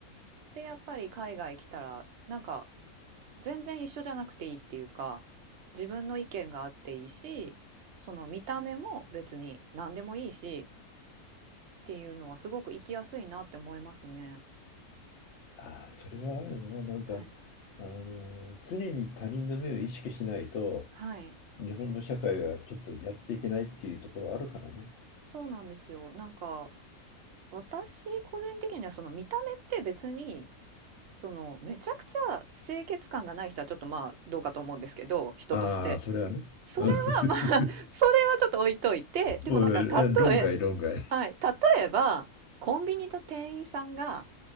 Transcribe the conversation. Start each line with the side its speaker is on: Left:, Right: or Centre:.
Right: でやっぱり海外来たらなんか全然一緒じゃなくていいっていうか自分の意見があっていいしその見た目も別に何でもいいしっていうのはすごく生きやすいなって思いますね。
Left: ああ、それはあるな。なんか、
Right: はい。
Left: あの、常に他人の目を意識しないと、
Right: はい、
Left: 日本の社会がちょっとやっていけないっていうところあるからね。
Right: そうなんですよ。なんか私個人的にはその見た目って別にそのめちゃくちゃ清潔感がない人はちょっとまあどうかと思うんですけど人として
Left: ああ、それはね。
Right: それはまあ、
Left: うん
Right: それは
Left: <laughs>
Right: ちょっと置いといて、でもなんか例え、
Left: おいおいえ論外、論外。
Right: はい、例えば、コンビニと店員さんが